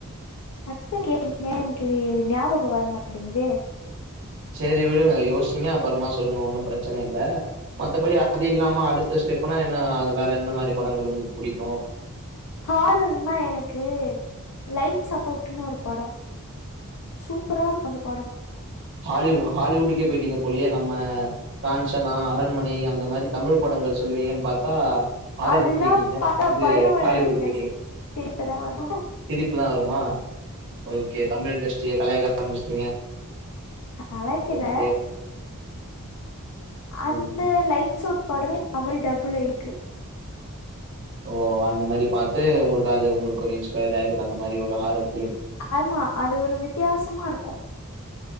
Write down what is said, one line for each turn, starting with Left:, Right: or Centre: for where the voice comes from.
Left: டக்குன்னு கேட்டீங்க எனக்கு ஞாபகோ வர மாட்டீங்குதே
Right: சரி விடுங்க யோசிங்க அப்பறமா சொல்லுங்க ஒன்னு பிரச்சன இல்ல. மத்தபடி அது இல்லாம அடுத்த ஸ்டெப்னா என்ன அது வேற என்ன மாரி படங்கள் உங்களுக்கு புடிக்கு
Left: ஹாரர்னா எனக்கு லைட்ஸ் அவுட்ன்னு ஒரு படோ சூப்பரா இருக்கு அந்த படோ
Right: ஹாலிவ் ஹாலிவுட்டுக்கே போயிட்டீங்க போலயே நம்ம காஞ்சனா அரண்மனை அந்த மாரி தமிழ் படங்கள் சொல்லுவீங்கன்னு பாத்தா ஹாரருக்கு
Left: அதுல்லா
Right: போயிட்டீங்க
Left: பாத்தா
Right: இது
Left: பயோ வராதுங்க
Right: ஹாலிவுட்டுக்கு போயிட்டீங்க
Left: ஸ் சிரிப்புதா வரு
Right: சிரிப்பு தா வருமா ஓகே தமிழ் இண்டஸ்ட்ரிய கலாய்க்க ஆரம்பிச்சிட்டீங்க
Left: கலாய்க்கில
Right: ஓகே
Left: அந்த
Right: ம்
Left: லைட்ஸ் அவுட் படமே தமிழ் டப்ல இருக்கு
Right: ஓ அந்த மாரி பாத்து உங்களுக்கு அது உங்களுக்கு ஒரு இன்ஸ்பயர் ஆயிருக்கு அந்த மாரி ஒரு ஹாரர் ஃபிலிம்
Left: ஆமா அது ஒரு வித்தியாசமா இருக்கு